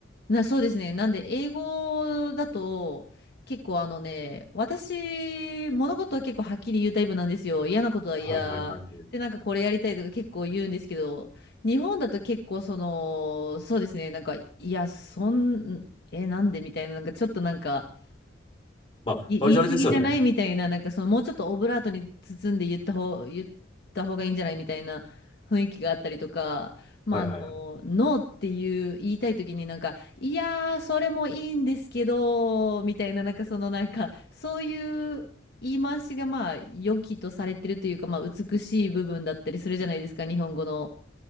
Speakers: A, on the left; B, on the left.
A: な、そうですね。なんで、英語だと、結構あのね、私、物事は結構はっきり言うタイプなんですよ。嫌なことは嫌。
B: はいはいはいはい。
A: で、なんかこれやりたいとか結構言うんですけど、日本だと結構その、そうですね、なんか、いや、そん、え、なんでみたいな、なんかちょっとなんか、
B: まあ、
A: い言い過ぎじゃないみたいな、
B: 割とあれですよね。
A: なんかそのもうちょっとオブラートに包んで言った方、言った方がいいんじゃないみたいな雰囲気があったりとか、まあ、
B: はいはいはい。
A: あの、ノーっていう言いたい時になんか、いやー、それもいいんですけど、みたいな、なんかそのなんか、そういう言い回しがまあ、良きとされてるというか、まあ、美しい部分だったりするじゃないですか、日本語の。